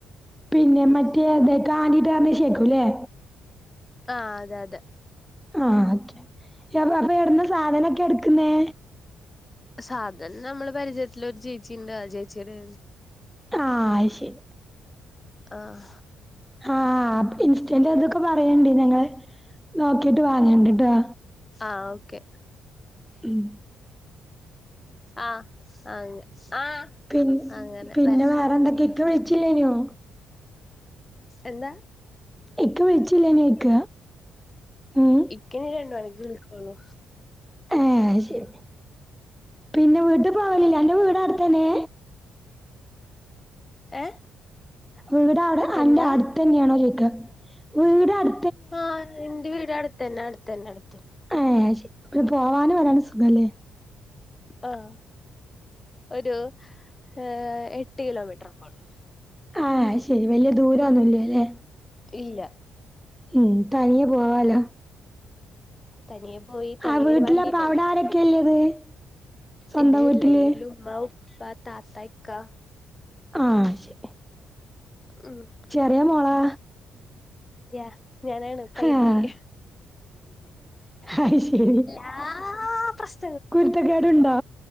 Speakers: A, in the centre; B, on the left.
A: പിന്നെ മറ്റേ ദ് കാർണി ണ്ട ശക്കൂല്ലേ?
B: ആ അതെ അതെ
A: ആ ഓക്കെ. അപ്പൊ എവിടന്ന സാധനൊക്കെ എടുക്കുന്നേ?
B: സാധനം നമ്മള് പരിചയത്തില ഒരു ചേച്ചി ഉണ്ട് ആ ചേച്ചിയുടെ
A: ആ അയിശരി
B: ആഹ.
A: ആഹ ഇൻസ്റ്റന്റ് അതൊക്കെ പറയണ്ടി ഞങ്ങള് നോക്കിട്ട് വാങ്ങേണ്ട് ട്ടോ.
B: ആ ഓക്കേ
A: ഉം
B: ആഹ് അെ ആഹ്
A: പി
B: അങ്ങനെ
A: പിന്നെ
B: വേ
A: വേറെ എന്തൊക്കെ ഇക്ക വിളിച്ചില്ലേനോ
B: എന്താ
A: ഇക്ക വിളിച്ചില്ലനിയ്നൊ ഇക ഉം
B: ക്കനി രണ്ടുമണിക്ക് വിളിക്കോള്ളു
A: ഏഹ് അത് ശെരി പിന്നെ വീട്ട് പോവലില്ലേ അന്റെ വീട് അട്ത്തനെ
B: ഏഹ്
A: വീട് അവടെ
B: എന്താ
A: അന്റെ അട്ത്തന്നേണോ ചോയ്ക്കാ വീടാ അട്
B: ആഹ് ഇന്റെ വീട് അടുത്തന്നെ അടുത്തന്നെ അടു
A: ഏഹ് ശെ അപ്പോ പോവാനും വരാനും സുഖാല്ലേ
B: ആഹ് ഒരു ഏഹ് എട്ട് കിലോമീറ്ററോക്കോള്ളു
A: ആഹ് അയ്ശെരി വല്യ ദൂരൊന്നും ഇല്ല്യല്ലേ
B: ഇല്ല
A: ഉം തനിയെ പോവാലോ
B: തനിയെ പോയി തനിയെ
A: ആഹ് വീട്ടിലപ്പ
B: വര് വണ്ടിണ്ടല്ലേ
A: <unintelligible> സ്വന്തം
B: എന്റെ വീട്ട്ല്
A: വീട്ടില്
B: എന്റെ വീട്ട്ല് ഉമ്മ ഉപ്പ താത്ത ഇക്ക
A: ആഹ് ശെ
B: ഉം
A: ചെറിയ മോളാ.
B: യാ ഞാനാണ് പൈതല്
A: ഏഹ് ആഹ് അയി ശെരി.
B: ആഹ് പ്രശ്
A: കുരുത്തക്കേടുണ്ടോ